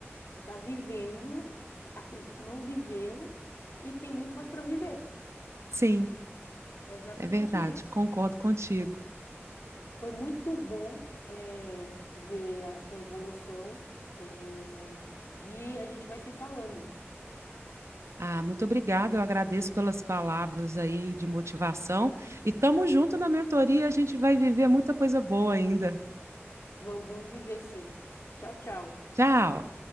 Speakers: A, on the left; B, on the right.
A: Tu tá vivendo aquilo que tu não viveu e tem muito mais para viver.
B: Sim,
A: É exatamente
B: é verdade.
A: isso.
B: Concordo contigo.
A: Foi muito bom, eh, ver a tua evolução, eh, e a gente vai se falando.
B: Ah, muito obrigada. Eu agradeço pelas palavras aí de motivação. E tamo junto na mentoria, a gente vai viver muita coisa boa ainda.
A: Vamos, vamos viver assim. Tchau, tchau.
B: Tchau.